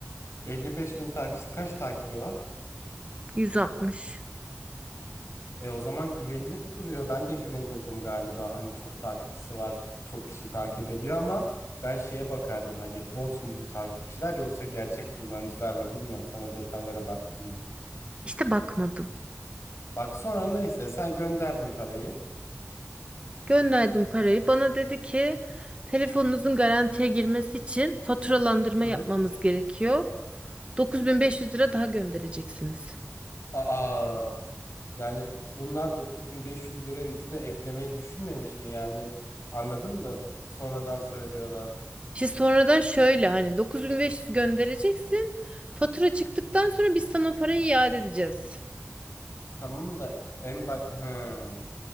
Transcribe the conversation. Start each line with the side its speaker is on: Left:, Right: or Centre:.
Left: 55 bin takipçisi kaç takibi var?
Right: 160.
Left: E o zaman güvenilir duruyor. Ben de güvenirdim galiba. Hani çok takipçisi var, çok kişi takip ediyor ama ben şeye bakardım. Hani bot mu bu takipçiler yoksa gerçek kullanıcılar mı bilmiyorum. Sen o detaylara baktın mı?
Right: İşte bakmadım.
Left: Bak sonra neyse sen gönderdin parayı.
Right: Gönderdim parayı. Bana dedi ki telefonunuzun garantiye girmesi için faturalandırma
Left: Hı
Right: yapmamız
Left: hı.
Right: gerekiyor. 9500 lira daha göndereceksiniz.
Left: Aa yani bunlar 9500 lira üstüne eklemeyi düşünmemiş mi yani? Anladın mı? Sonradan söylüyorlar.
Right: İşte sonradan şöyle hani 9500 göndereceksin. Fatura çıktıktan sonra biz sana o parayı iade edeceğiz.
Left: Tamam da en ba ha.